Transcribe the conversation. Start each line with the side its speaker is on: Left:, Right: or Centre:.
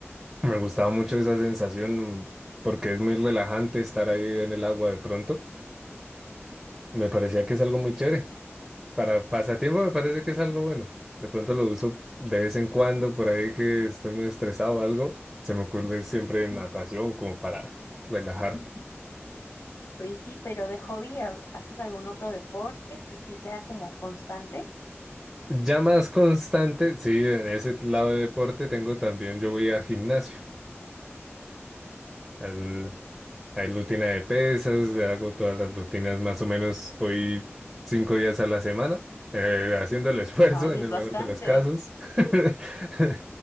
Right: me gustaba mucho esa sensación porque es muy relajante estar ahí en el agua de pronto. Me parecía que es algo muy chévere. Para pasatiempo me parece que es algo bueno. De pronto lo uso de vez en cuando, por ahí que estoy muy estresado o algo. Se me ocurre siempre natación como para relajar.
Left: Pues sí, pero de hobby, ¿ha- ¿haces algún otro deporte que sí sea como constante?
Right: Ya más constante, sí, en ese lado de deporte tengo también, yo voy a gimnasio. Al, Hay rutina de pesas, hago todas las rutinas, más o menos voy cinco días a la semana, eh, haciendo el esfuerzo
Left: Ay,
Right: en
Left: es
Right: el
Left: bastante.
Right: mejor de los casos. <laughs>